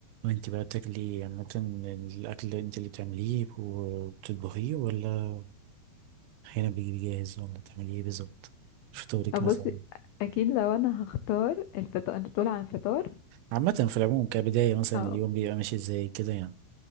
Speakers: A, on the right (about 85°); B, on the left (about 80°).
A: انت بقى بتاكلي عامة الأكل اللي انت اللي بتعمليه وبتطبخيه ولا أحيانا بيجي جاهز ولا بتعملي ايه بالظبط فطورك
B: بص
A: مثلا
B: اكيد لو انا هختار الفطار انت بتقول عن الفطار
A: عامة في العموم كبداية مثلا
B: اه
A: اليوم بيبقى ماشي ازاي كده يعني